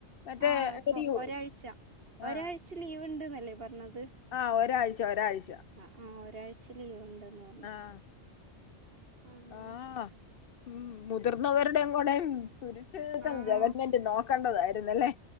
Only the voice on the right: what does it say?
ആഹ്
ഇപ്പൊ ഒരാഴ്ച ഒരാഴ്ച
ലീവ് ഉണ്ട്ന്നല്ലേ പറഞ്ഞത്
ആഹ് ആഹ് ഒരാഴ്ച ലീവ് ഉണ്ടന്ന് പറഞ്ഞു
അങ്ങനെ
ആഹ്